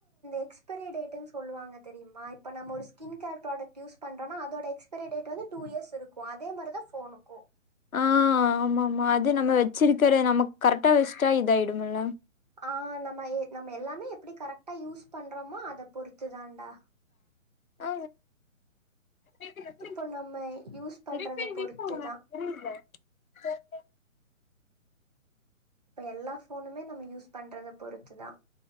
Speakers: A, on the right (about 30°); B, on the left (about 90°).
A: எக்ஸ்பெரே டேட்டுன் சொல்லுவாங்க தெரியுமா இப்ப நம்ம ஒரு ஸ்கின் கேர் ப்ராடக்ட் யூஸ் பண்றோனா அதோட எக்ஸ்பெரே டேட் வந்து டூ இயர்ஸ் இரு அதே மாரி தா ஃபோனுக்கு
B: ஆ ஆமா ஆமா அது நம்ம வெச்சிருக்கற நமக் கரட்டா வெச்சிட்டா இதாயி இவுங்கெல்லா
A: ஆ நம்ம நம்ம எல்லாமே எப்டி கரெக்டா யூஸ் பண்றமோ அத பொறுத்து தாண்டா
B: ஆ <unintelligible>
A: இப்போ நம்ம யூஸ் பண்றத
B: எப்புடி
A: பொறுத்து தான்.
B: <unintelligible>
A: இப்ப எல்லா ஃபோனுமே நம்ம யூஸ் பண்றத பொறுத்து தா